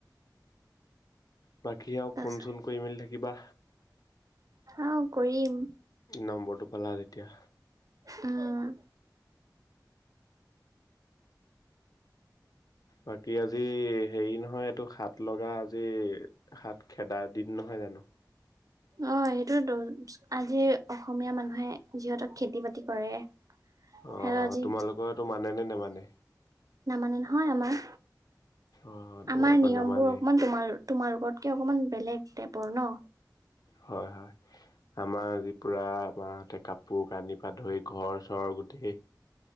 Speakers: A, on the left; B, on the right.
A: বাকী আ ওঁ
B: তাৰপিছত
A: ফোন চোন কৰি মেলি থাকিবা।
B: অ' কৰিম।
A: নম্বৰটো পালা যেতিয়া।
B: উম'
A: বাকী আজি হেৰি নহয় এইটো শা'ত লগা আজি শা'ত খেদাৰ দিন নহয়, <unintelligible>
B: অ' সেইটোৱে তো আজি অসমীয়া মানুহে যিহতৰ খেতি বাতি কৰে।
A: অ'
B: সিহঁতৰ আজি
A: তোমালোকৰো মানে নে' নে মানে,
B: না মানে নহয় আমাৰ,
A: অ' তোমালোকৰ
B: আমাৰ নিয়ম
A: নেমানেই
B: বোৰ অকমান তোমাৰ -তোমালোকতকৈ অকমান বেলেগ টাইপৰ ন,
A: হয়' হয় আমাৰ আজি পুৰা আমাৰতে কাপো কাপোৰ কানি পা ধৰি ঘৰ চৰ গোটেই,